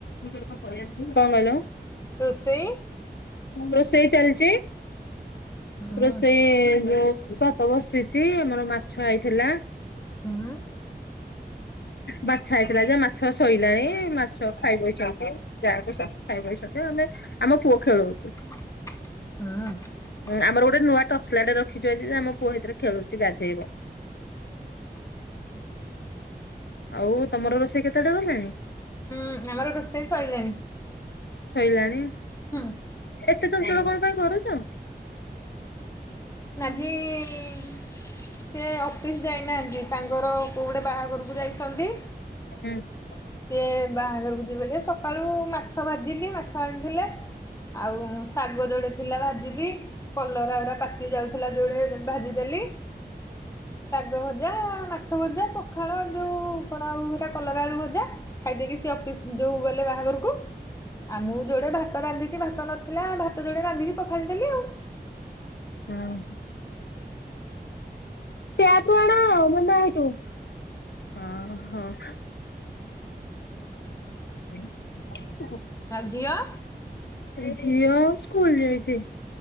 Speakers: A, on the left (about 85°); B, on the left (about 15°).
A: କଁ କହିଲ,
B: ରୋଷେଇ
A: ରୋଷେଇ ଚାଲିଚି।
B: ହୁଁ
A: ରୋଷେଇ ଯୋଉ ଭାତ ବସିଛି ଆମର ମାଛ ଆଇଥିଲା।
B: ହୁଁ।
A: ମାଛ ଆଇଥିଲା ଯେ ମାଛ ସଇଲାଣି, ମାଛ ଖାଇ ବଇଚନ୍ତୁ ଯାଆ କୁ ଶାଶୁ ଖାଇବଇସ ରେ ଆମେ ଆମ ପୁଅ ଖେଳଉଚୁ।
B: ହୁଁ।
A: ଉଁ ଆମର ଗୋଟେ ନୂଆ ଟସଲାଟେ ରଖିଚୁ ଆଜି ଯେ ଆମ ପୁଅ ହେଇଥିରେ ଖେଳୁଚି ଗାଧେଇବ।
B: <inaudible>
A: ଆଉ ତମର ରୋଷେଇ କେତେ ବାଟ ଗଲାଣି?
B: ଉଁ ଆମର ରୋଷେଇ ସଇଲାଣି ।
A: ସଇଲାଣି?
B: ହୁଁ।
A: ତେ ଚଞ୍ଚଳ କଣ ପାଇଁ କରୁଚ?
B: ଆଜି ସେ ଅପିସ୍ ଯାଇନାହାନ୍ତି ତାଙ୍କର କୋଉ ଟେ ବାହାଘରୁକୁ ଯାଇଛନ୍ତି।
A: ଟ୍ୟାପରୁ
B: ସିଏ ବାହାଘରୁକୁ ଯିବେ ଯେ ସକାଳୁ ମାଛ ଭାଜିଲି ମାଛ ଆଣିଥିଲେ। ଆଉ ଶାଗ ଯୋଉଡ଼େ ଥିଲା ଭାଜିଲି। କଲର ଉରା ପାକି ଯାଉଥୁଲା ଯୋଉଡ଼େ ଭାଜିଦେଲି। ଶାଗ ଭଜା ମାଛ ଭଜା ପଖାଳ ଯୋଉ କଣ ଆଉ ହେରା କଲରା ଆଳୁ ଭଜା। ଖାଇଦେଇକି ସେ ଅପିସ୍ ଯୋଉ ଗଲେ ବାହାଘରୁକୁ। ଆ ମୁଁ ଯୋଡ଼େ ଭା ତ ରାନ୍ଧିକି ଭାତ ନଥିଲା ଭାତ ଯୋଡ଼େ ରାନ୍ଧିକି ପଖାଳିଦେଲି ଆଉ।
A: ଉଁ ହୁଁ। ଟ୍ୟାପ୍ ରୁ ଆଣ ମନା ହେଠୁ। ହଁ ହଁ। <inaudible>
B: ଆଉ ଝିଅ?
A: ଝିଅ ସ୍କୁଲ ଯାଇଛି।